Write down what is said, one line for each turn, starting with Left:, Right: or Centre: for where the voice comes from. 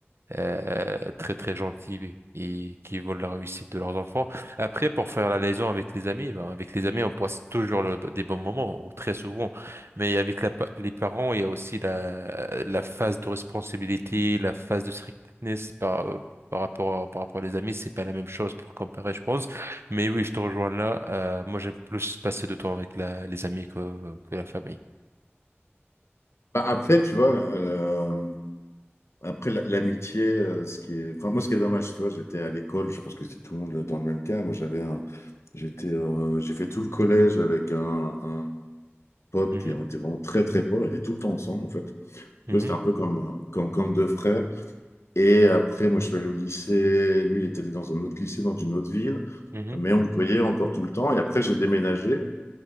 Right: euh, très très gentils et qui veulent la réussite de leurs enfants. Après, pour faire la liaison avec les amis, ben, avec les amis, on passe toujours le- des bons moments, ou très souvent. Mais avec la pa- les parents, il y a aussi la, la phase de responsabilité, la phase de strictness par, par rapport à- par rapport à les amis. C'est pas la même chose pour comparer, je pense. Mais oui, je te rejoins là. Euh, moi, j'aime plus passer de temps avec la, les amis que, que la famille.
Left: Bah, Après, tu vois, euh, après la- l'amitié, euh, ce qui est... enfin, moi, ce qui est dommage, tu vois, j'étais à l'école, je pense que c'est tout le monde dans le même cas. Moi, j'avais un- J'étais, euh, j'ai fait tout le collège avec un, un- potes
Right: Mhm,
Left: qui ont été vraiment très très potes, on était tout le temps ensemble en fait. Tu
Right: mhm,
Left: vois, c'était un peu comme, euh, comme, comme deux frères. Et après, moi, je suis allé au lycée. Lui, il était dans un autre lycée, dans une autre ville.
Right: mhm.
Left: Mais on se voyait encore tout le temps. Et après, j'ai déménagé.